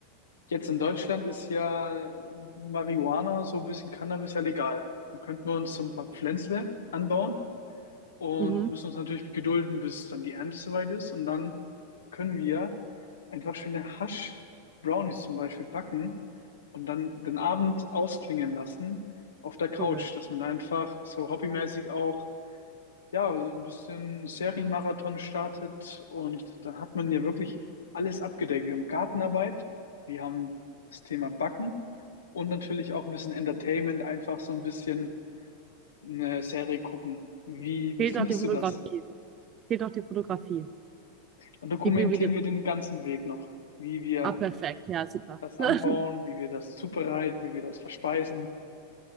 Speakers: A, on the left (about 75°); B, on the right (about 35°).
A: Jetzt in Deutschland ist ja Marihuana, so ein bisschen Cannabis ja legal. Dann könnten wir uns so ein paar Pflänzle anbauen und
B: mhm.
A: müssen uns natürlich gedulden, bis dann die Ernte soweit ist. Und dann können wir einfach schöne Hasch-Brownies zum Beispiel backen und dann den Abend ausklingen lassen auf der Couch,
B: Cool.
A: dass man da einfach so hobbymäßig auch ja, ein bisschen Serienmarathon startet und dann hat man ja wirklich alles abgedeckt. Wir haben Gartenarbeit, wir haben das Thema Backen und natürlich auch ein bisschen Entertainment, einfach so ein bisschen eine Serie gucken. Wie,
B: Fehlt
A: wie findest
B: noch die Fotografie.
A: du das?
B: Fehlt noch die Fotografie.
A: Dann dokumentieren
B: Die bringen wir dir.
A: wir den ganzen Weg noch, wie wir
B: Ah, perfekt. Ja, super.
A: das anbauen,
B: <laughs>
A: wie wir das zubereiten, wie wir das verspeisen.